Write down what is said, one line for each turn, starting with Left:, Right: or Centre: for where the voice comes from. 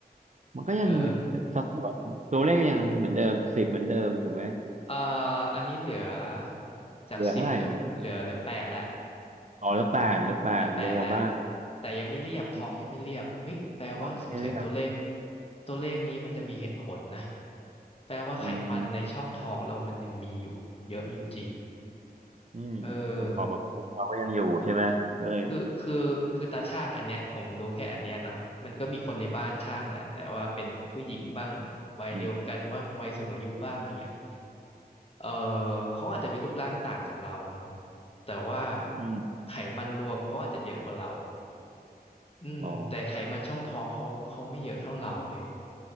Right: มันก็ยังมีสัดส่วนตัวเลขก็ยังเหมือนเดิมสิบเหมือนเดิมถูกไหม
Left: เออเอ่ออันนี้เหลือจากสิบเหลือเหลือเหลือแปดแล้ว
Right: เหลือเท่าไหร่อ่ะอ๋อแล้วแปดแล้วแปดลงมาบ้าง
Left: เหลือแปดแหละแต่ยังไม่เรียบท้องยังไม่เรียบเฮ้ยแปลว่าสงสัยตัวเลข
Right: อืมขอให้เลือก
Left: ตัวเลขนี้มันจะมีเหตุผลนะแปลว่าไขมันในช่องท้องเรามันยังมีอยู่เยอะอยู่จริง
Right: อืมอืมประกอบกับปรุงเราก็ยังอยู่ใช่ไหมก็เลย
Left: เออคือคือคือตาช่างอันเนี้ยผมรู้แค่อันเนี้ยเนาะมันก็มีคนในบ้านช่างแหละแต่ว่าเป็นผู้หญิงบ้างวัยเดียวกันบ้างวัยสูงอายุบ้างอะไรเงี้ย
Right: อืม
Left: เออเขาอาจจะมีรูปร่างต่างจากเราเนาะแต่ว่า
Right: อืม
Left: ไขมันรวมเขาอาจจะเยอะกว่าเรา อืมแต่ไขมันช่องท้องเขาเขาไม่เยอะเท่าเราเฮ้ย
Right: อ๋อ